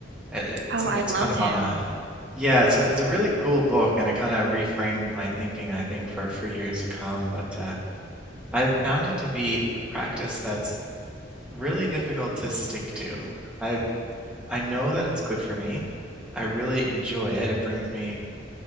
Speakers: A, in the centre; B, on the right.
A: it, it- it's
B: Oh,
A: an,
B: I
A: it's
B: love
A: kind of
B: him.
A: on a yeah, it's a it's a really cool book, and it kind of reframed my thinking, I think, for for years to come. But uh, I've found it to be a practice that's really difficult to stick to. I've I know that it's good for me. I really enjoy it. It brings me